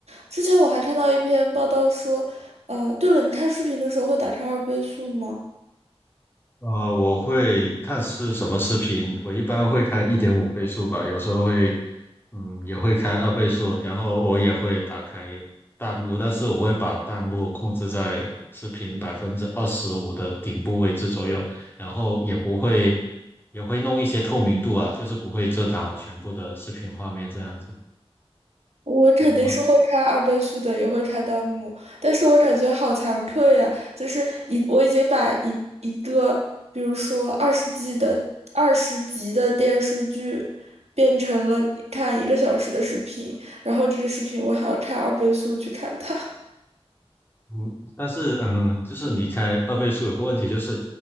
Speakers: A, on the right; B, on the left.
A: 之前我还看到一篇报道说，呃，对了，你看视频的时候会打开二倍速吗？
B: 呃，我会看是什么视频，我一般会开一点五倍速吧，有时候会，嗯，也会开二倍速，然后我也会打开弹幕，但是我会把弹幕控制在视频百分之二十五的顶部位置左右，然后也不会，也会弄一些透明度啊，就是不会遮挡全部的视频画面这样子。
A: 我肯定是会看二倍速的，
B: 你呢？
A: 也会看弹幕，但是我感觉好惭愧呀、就是已我已经把一一个，比如说二十集的二十集的电视剧，变成了看一个小时的视频，然后这个视频我还要看二倍速去看它。<laughs>
B: 嗯，但是嗯，就是你开二倍速有个问题，就是